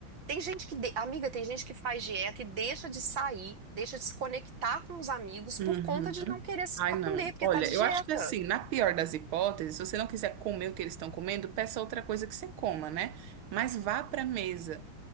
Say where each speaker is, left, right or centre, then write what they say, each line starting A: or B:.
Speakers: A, on the right; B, on the right.
A: tem gente que, de- amiga, tem gente que faz dieta e deixa de sair, deixa de se conectar com os amigos por
B: Uhum.
A: conta de não querer s-
B: Ai, não.
A: comer, porque
B: Olha,
A: tá de
B: eu
A: dieta.
B: acho que assim, na pior das hipóteses, se você não quiser comer o que eles estão comendo, peça outra coisa que você coma, né? Mas vá para a mesa.